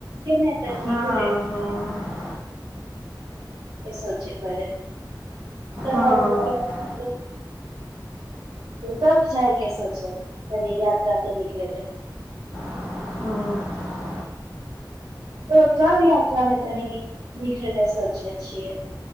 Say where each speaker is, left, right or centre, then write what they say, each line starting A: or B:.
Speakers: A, on the right; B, on the right.
A: केने तनी
B: हाँ
A: घूरे फिरे
B: हाँ
A: के सोचै परैत तऽ
B: हाँ
A: कब जायके सोचै तनि यात्रा पे निकलै ला
B: हँ
A: तऽ कब यात्रामे तनी निकलै ले सोचे छियै